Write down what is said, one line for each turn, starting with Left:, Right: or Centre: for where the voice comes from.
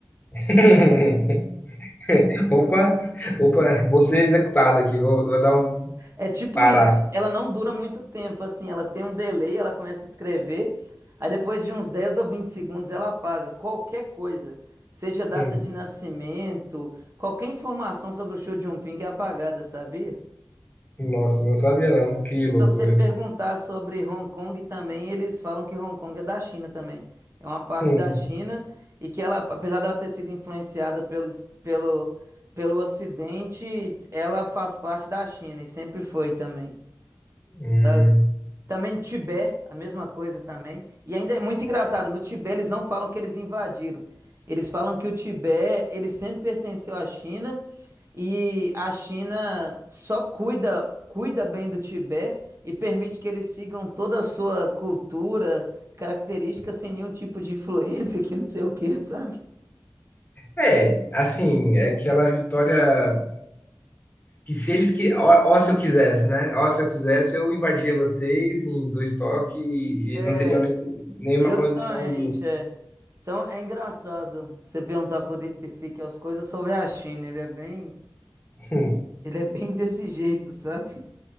Left: <laughs> Opa, opa, vou ser executado aqui, vou, vou dar um
Right: É, é tipo
Left: parar.
Right: isso, ela não dura muito tempo, assim, ela tem um delay, ela começa a escrever, aí depois de uns 10 ou 20 segundos ela apaga qualquer coisa, seja data
Left: Hum,
Right: de nascimento, qualquer informação sobre o Xi Jinping é apagada, sabia?
Left: Nossa, não sabia não, que
Right: E
Left: loucura.
Right: se você perguntar sobre Hong Kong também, eles falam que Hong Kong é da China também. É uma parte
Left: Hum,
Right: da China e que ela, apesar dela ter sido influenciada pelo, pelo, pelo Ocidente, ela faz parte da China e sempre foi também
Left: hum.
Right: sabe? Também Tibete, a mesma coisa também. E ainda é muito engraçado, no Tibete eles não falam que eles invadiram. Eles falam que o Tibete, ele sempre pertenceu à China e a China só cuida, cuida bem do Tibete e permite que eles sigam toda a sua cultura, característica sem nenhum tipo de influência <laughs> que não sei o que, sabe?
Left: É, assim, é aquela vitória. Que se eles que. Ó, ó se eu quisesse, né? Ó, se eu quisesse, eu invadia vocês em dois toques e
Right: É,
Left: eles não teriam nem, nenhuma
Right: justamente,
Left: condição de.
Right: é. Então é engraçado você perguntar pro Deep Seek as coisas sobre a China. Ele é bem
Left: <laughs>
Right: Ele é bem desse jeito, sabe?